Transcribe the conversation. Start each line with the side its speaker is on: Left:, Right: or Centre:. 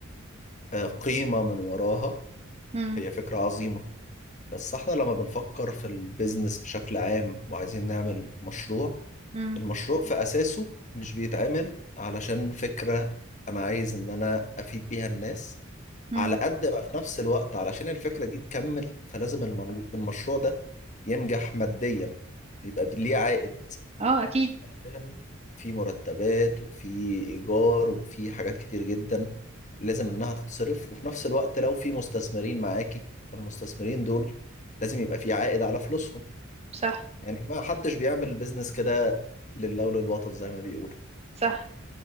Left: وكقيمه من وراها
Right: مم.
Left: هي فكره عظيمه بس احنا لما بنفكر في البيزنس بشكل عام وعايزين نعمل مشروع
Right: مم.
Left: المشروع في اساسه مش بيتعمل علشان فكره انا عايز ان انا افيد بيها الناس
Right: مم.
Left: على قد ما في نفس الوقت علشان الفكرة دي تكمل فلازم المنو- المشروع ده ينجح ماديا بيبقى بي- ليه عائد
Right: اه اكيد
Left: عشان في مرتبات وفي إيجار وفي حاجات كتير جدا لازم إنها تتصرف وفي نفس الوقت لو في مستثمرين معاكي فالمستثمرين دول لازم يبقى في عائد على فلوسهم
Right: صح
Left: يعني ما حدش بيعمل بيزنس كده لله وللوطن زي ما بيقولوا
Right: صح